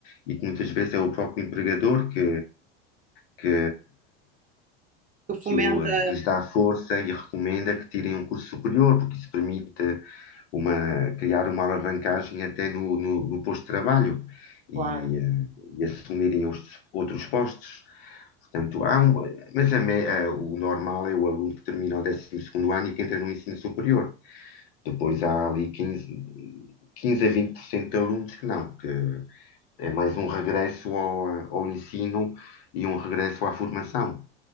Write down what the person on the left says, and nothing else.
e que muitas vezes é o próprio empregador que, que,
que, o, que lhes dá força e recomenda que tirem um curso superior, porque isso permite uma, criar uma alavancagem até no, no, no posto de trabalho e,
eh, e assumirem os outros postos. Portanto, há um, mas a me- a- o normal é o aluno que termina o décimo segundo ano e que entra no ensino superior. Depois há ali 15, 15 a 20% de alunos que não, que é mais um regresso ao, ao ensino e um regresso à formação.